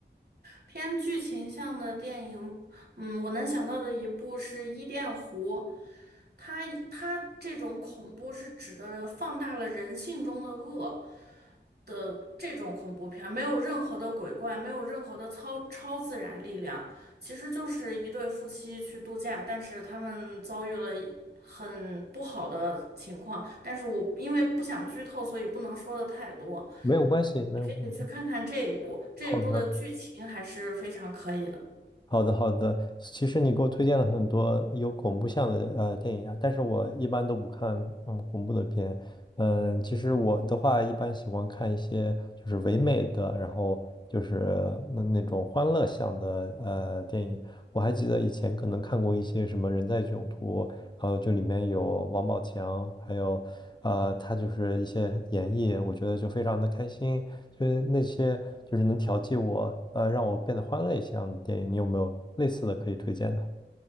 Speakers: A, on the right; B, on the left.
A: 偏剧情向的电影，嗯，我能想到的一部是《伊甸湖》，它它这种恐怖是指的放大了人性中的恶。的这种恐怖片儿，没有任何的鬼怪，没有任何的超超自然力量，其实就是一对夫妻去度假，但是他们遭遇了很不好的情况。但是我因为不想剧透，所以不能说的太多。
B: 没有关系，没有关系。
A: 你可以去看看这一部，这一部的剧情还是非常可以的。
B: 好的。好的，好的。其实你给我推荐了很多有恐怖向的呃电影啊，但是我一般都不看嗯恐怖的片。嗯，其实我的话一般喜欢看一些就是唯美的，然后就是那那种欢乐向的呃电影。我还记得以前可能看过一些什么《人在囧途》，然后就里面有王宝强，还有呃他就是一些演绎，我觉得就非常的开心。就是那些就是能调剂我，呃，让我变得欢乐一些样的电影，你有没有类似的可以推荐的？